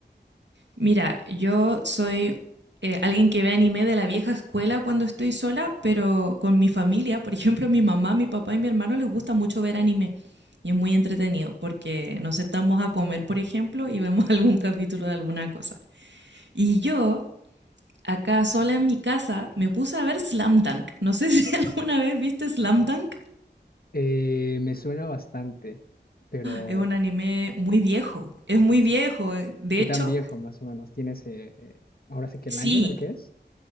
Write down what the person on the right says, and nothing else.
Mira, yo soy eh, alguien que ve anime de la vieja escuela cuando estoy sola, pero con mi familia, por ejemplo, mi mamá, mi papá y mi hermano les gusta mucho ver anime. Y es muy entretenido porque nos sentamos a comer, por ejemplo, y vemos <laughs> algún capítulo de alguna cosa. Y yo, acá sola en mi casa, me puse a ver Slam Dunk. No sé <laughs> si alguna vez viste Slam Dunk.
Es un anime muy viejo. Es muy viejo. eh. De
hecho,
sí,